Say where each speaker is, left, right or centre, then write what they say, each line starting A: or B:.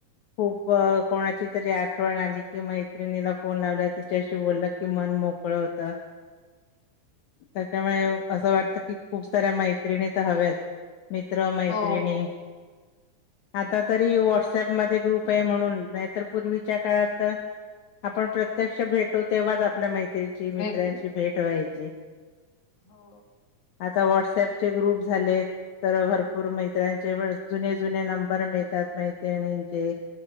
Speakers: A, on the left; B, on the left.
A: खूप कोणाची तरी आठवण आली कि मैत्रिणीला फोन लावला तिच्याशी बोललं की मन मोकळं होत. त्याच्यामुळे असं वाटत कि खूप साऱ्या मैत्रिणी तर हव्याच मित्र मैत्रिणी
B: हो
A: आता तरी व्हॉट्सअप मध्ये ग्रुप आहे म्हणून, नाहीतर पूर्वीच्या काळात तर आपण प्रत्यक्ष भेटो तेव्हाच आपला मै त्याची मित्रांची
B: भेटू
A: भेट व्हायची.
B: हो
A: आता व्हॉट्सअपचे ग्रुप झालेत तर भरपूर मैत्र्यांचे जुने जुने नंबर मिळतात मैत्रिणींचे,